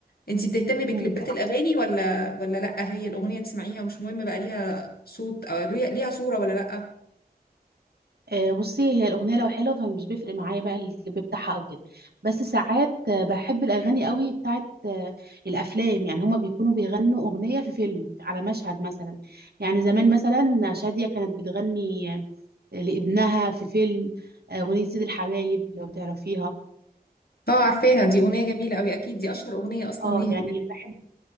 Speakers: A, on the left (about 70°); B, on the right (about 75°).
A: انتي بتهتمي بكليبات
B: مم.
A: الأغاني ولا ولا لأ هي الأغنية تسمعيها مش مهم بقى ليها صوت أو ليها ليها صورة ولا لأ
B: آه، بصي هي الاغنيه لو حلوه فمش بيفرق معايا بقى الكليب بتاعها او كده بس ساعات آه، بحب الاغاني قوي بتاعت آه، الافلام يعني هما بيكونوا بيغنوا اغنيه في فيلم على مشهد مثلا يعني زمان مثلا شاديه كانت بتغني آه، لابنها في فيلم آه، اغنيه سيد الحبايب لو تعرفيها
A: اه عارفاها دي أغنية جميلة قوي أكيد دي أشهر أغنية أصلا
B: اه
A: ليها
B: يعني بحب